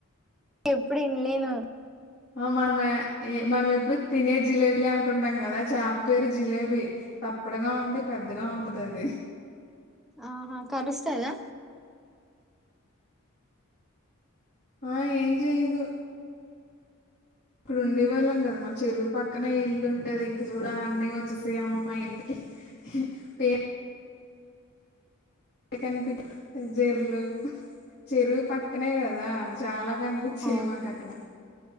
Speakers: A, in the centre; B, on the left.
A: ఎప్పుడు ఇనలేను
B: ఆ మనమే మనం ఎప్పుడు తినే జిలేబీలే అనుకుంటాం కదా చేప పేరు జిలేబీ తప్పడుగా ఉండి పెద్దగా ఉంటది అది
A: ఆహా కరుస్తదా
B: ఆ ఏం చేయదు ఇప్పుడు ఉండేవాళ్ళం
A: ఉహు
B: కదా మా చెరువు పక్కనే ఇల్లు ఉండేది ఇంక చూడ అన్నీ వచ్చేసయమా మా ఇంటికి పే <unintelligible> జరు లు చెరువు పక్కనే కదా చాలా కనిపించేయి
A: అవునా
B: మాక అక్కడ